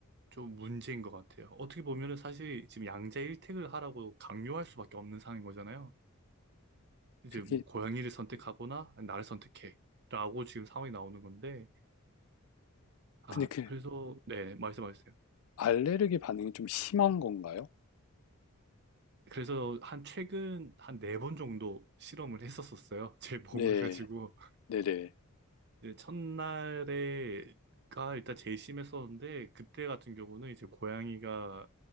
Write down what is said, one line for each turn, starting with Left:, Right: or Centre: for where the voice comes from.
Right: 좀 문제인 것 같아요. 어떻게 보면은 사실 지금 양자 일택을 하라고 강요할 수밖에 없는 상황인 거잖아요. 이제
Left: 그게
Right: 뭐 고양이를 선택하거나 아니, 나를 선택해라고 지금 상황이 나오는 건데 아
Left: 근데 그
Right: 그래서 네 말씀하셨어요.
Left: 알레르기 반응이 좀 심한 건가요?
Right: 그래서 한 최근 한 네 번 정도 실험을 했었었어요. 제 몸을
Left: 네,
Right: 가지고
Left: 네네,
Right: 이제 첫날에 가 일단 제일 심했었는데 그때 같은 경우는 이제 고양이가